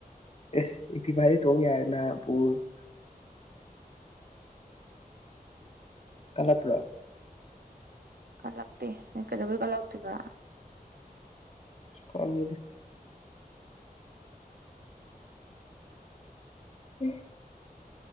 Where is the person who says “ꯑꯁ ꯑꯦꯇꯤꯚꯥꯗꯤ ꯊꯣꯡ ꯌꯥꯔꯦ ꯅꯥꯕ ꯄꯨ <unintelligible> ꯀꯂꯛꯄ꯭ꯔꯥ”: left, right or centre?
Left